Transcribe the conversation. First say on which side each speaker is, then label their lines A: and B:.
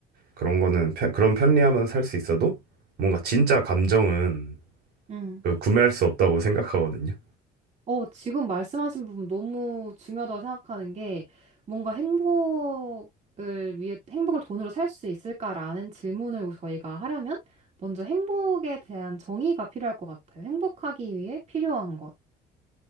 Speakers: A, on the right; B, on the right.
A: 그런 거는 편- 그런 편리함은 살 수 있어도 뭔가 진짜 감정은
B: 음.
A: 그 구매할 수 없다고 생각하거든요.
B: 어, 지금 말씀하신 부분 너무 중요하다고 생각하는 게 뭔가 행복을 위해 행복을 돈으로 살 수 있을까라는 질문을 저희가 하려면 먼저 행복에 대한 정의가 필요할 것 같아요. 행복하기 위해 필요한 것.